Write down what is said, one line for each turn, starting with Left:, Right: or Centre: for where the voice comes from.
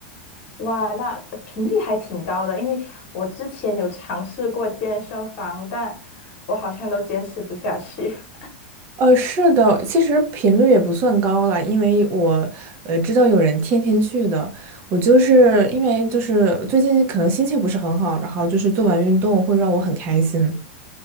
Left: 哇，那频率还挺高的，因为我之前有尝试过健身房，但我好像都坚持不下去。<laughs>
Right: 呃，是的，其实频率也不算高了，因为我呃知道有人天天去的，我就是因为就是最近可能心情不是很好，然后就是做完运动会让我很开心，